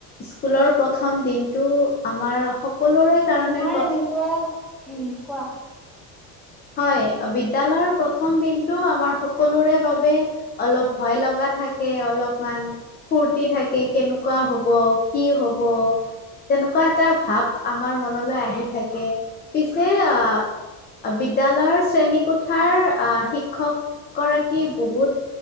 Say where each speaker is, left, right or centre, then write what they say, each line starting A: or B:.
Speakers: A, on the left; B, in the centre.
A: স্কুলৰ প্ৰথম দিনটো আমাৰ <unintelligible> কাৰণে
B: তোমাৰ
A: প্ৰথম
B: এনেকুৱা, উম কোৱা?
A: হয়, বিদ্যালয়ৰ প্ৰথম দিনটো আমাৰ সকলোৰে বাবে অলপ ভয় লগা। থাকে অলপমান ফূৰ্তি থাকে কেনেকুৱা হব কি হব। তেনেকুৱা এটা ভাব আমাৰ মনলৈ আহি থাকে পিছে আ বিদ্যালয়ৰ শ্ৰেণীকোঠাৰ আ, শিক্ষক গৰাকী বহুত